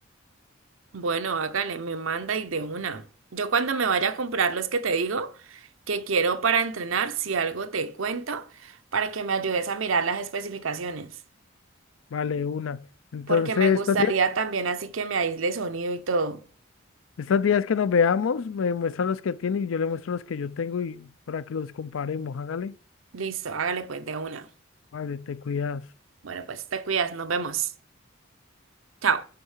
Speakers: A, on the right; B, on the left.
A: Bueno, hágale, me manda y de una. Yo cuando me vaya a comprar los que te digo que quiero para entrenar, si algo te cuento, para que me ayudes a mirar las especificaciones,
B: Vale, una. Entonces,
A: porque me gustaría
B: estos días,
A: también así que me aísle sonido y todo.
B: estos días que nos veamos, me muestra los que tiene y yo le muestro los que yo tengo y para que los comparemos. Hágale.
A: Listo, hágale pues de una.
B: Vale, te cuidas.
A: Bueno, pues te cuidas, nos vemos. Chao.